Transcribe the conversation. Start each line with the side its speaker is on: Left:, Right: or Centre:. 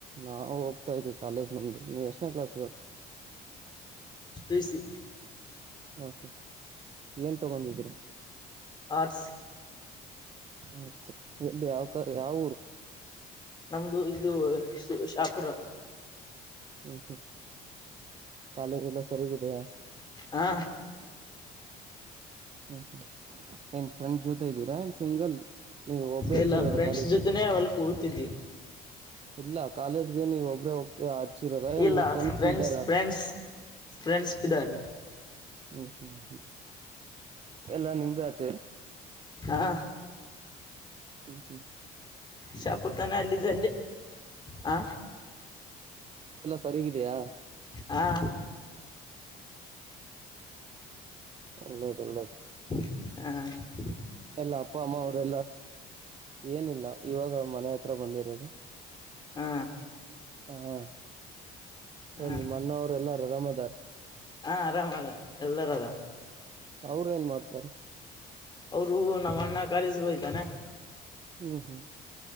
Right: ನಾವವು ಹೋಗ್ತಾ ಇದೀವಿ ಕಾಲೇಜ್ ನಮ್ದು ನೀವ್ ಎಷ್ಟನೇ ಕ್ಲಾಸ್ ಇ
Left: ಿಸಿ
Right: ಓಕೆ ಏನು ತಗೊಂಡಿದ್ದೀರ
Left: ಆರ್ಟಸ್
Right: ಮ ಎಲ್ಲಿ ಯಾವ ಯಾವ ಊರು
Left: ನಮ್ದು ಇದು ಶಾಪುರ
Right: ಹ್ಮ್ ಹ್ಮ್ ಕಾಲೇಜ ಎಲ್ಲ ಸರಿಗಿದೆಯಾ
Left: ಹಾ
Right: ಹ್ಮ್ ಹ್ಮ್ ಏನ್ ಫ್ರೆಂಡ್ ಜೊತೆ ಇದ್ದೀರಾ ಏನ್ ಸಿಂಗಲ್ ನೀವು ಒಬ್ಬ್ರೇ ಹಚ್ಚಿರೋದ
Left: ಎಲ್ಲ ಫ್ರೆಂಡ್ಸ್
Right: ಕಾಲೇಜಿಗೆ
Left: ಜೊತೆನೆೇ ಅವಲ್ಕ್ ಹೋಗತಿದ್ದಿ
Right: ಇಲ್ಲ ಕಾಲೇಜ್ಗೆ ನೀವ್ ಒಬ್ಬ್ರೇ ಹೋಗ್ತ ಹಚ್ಚಿರೋದ
Left: ಇಲ್ಲ
Right: ನಿಮ್ ಫ್ರೆಂಡ್ಸ್ ಬಿ ಇದ್ದಾರ
Left: ಫ್ರೆಂಡ್ಸ್ ಫ್ರೆಂಡ್ಸ್ ಪಿದಾರ್
Right: ಹ್ಮ್ ಹ್ಮ್ ಹ್ಮ್ ಹ್ಮ್ ಎಲ್ಲಾ ನಿಂಬಾಚೆ
Left: ಹಾ
Right: ಹ್ಮ ಹ್ಮ
Left: ಶಾಪುತಾನೆ ಅಲ್ಲಿಲ್ಲಿ ಹ
Right: ಸರಿಗಿದಯಾ
Left: ಹಾ
Right: ಉಳ್ಳದುಳ್ಳದು
Left: ಹ
Right: ಎಲ್ಲ ಅಪ್ಪ ಅಮ್ಮ ಅವರೆಲ್ಲ ಏನಿಲ್ಲ ಇವಾಗ ಮನೆ ಹತ್ರ ಬಂದಿರೋದು
Left: ಹಾ
Right: ಹಾ
Left: ಹಾ
Right: ಏ ನಿಮ್ಮ ಅಣ್ಣ ಅವರು ಎಲ್ಲಾರ ರಮದಾರ್
Left: ಹಾ ಆರಾಮ್ ಅದ ಎಲ್ಲರದ
Right: ಅವ್ರ ಏನ್ ಮಾಡ್ತಾರ
Left: ಅವರು ನಮ್ಮನ್ನ ಕರಸ್ಗೊಯ್ತಾನೆ
Right: ಹ್ಮ್ ಹೂ